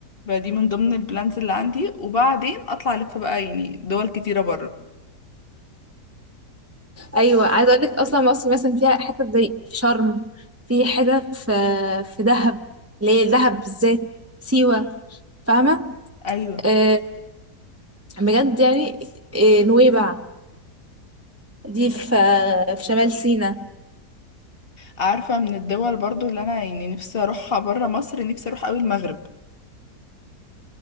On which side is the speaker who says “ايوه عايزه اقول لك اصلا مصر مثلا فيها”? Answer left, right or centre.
Right